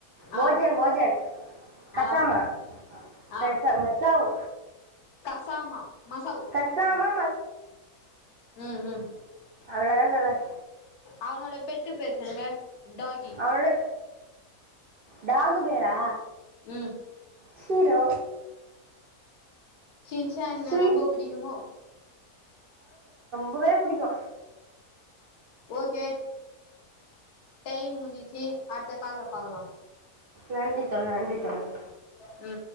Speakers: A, on the right; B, on the left.
A: போஜன்
B: ஆ
A: போஜன் கசாமா
B: ஆ ஆ
A: பெச மெசாவ்
B: கசாமா மசவ்
A: கசாமா
B: ஆ ம் ம்
A: அவ்ள தா தோழர்
B: அவனோட பெட்டு பேர் சொல்லுங்க டாகி
A: அவளோட டாகு பேரா
B: ம்
A: ஷீரோ
B: ஷின்சேன
A: ஷீ
B: ரொம்ப புடிக்குமோ
A: பவே புடிக்கு
B: ஓகே டைம் முஞ்சிச்சி அடுத்த கால்ல பாக்கலா
A: நன்றி தோழர் நன்றி தோழர்
B: ம்